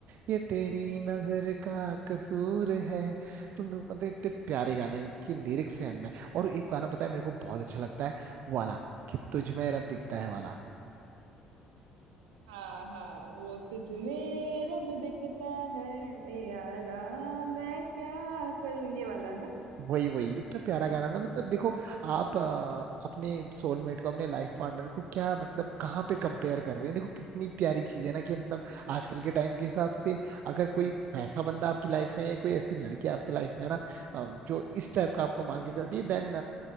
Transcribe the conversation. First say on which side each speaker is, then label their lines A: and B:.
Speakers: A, on the right; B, on the right.
A: ये तेरी नजर का कसूर है तुम तो पता है, इतने प्यारे गाने के लिरिक्स हैं उनमें और एक गाना पता है मेरे को बहुत अच्छा लगता है वो वाला कि तुझ में रब दिखता है वाला
B: हाँ हाँ वो तुझ में रब दिखता है यारा मैं क्या करूं ये वाला ना
A: वही वही इतना प्यारा गाना ना मतलब देखो आप
B: जी
A: अ, अपने सोलमेट को अपने लाइफ पार्टनर को क्या मतलब कहाँ पे कंपेयर कर रहे हैं देखो कितनी प्यारी चीज है ना कि मतलब आजकल के टाइम के हिसाब से अगर कोई वैसा बंदा आपकी लाइफ में है कोई ऐसी लड़की आपकी लाइफ में है ना अ, जो इस टाइप का आपको मान के चलती है देन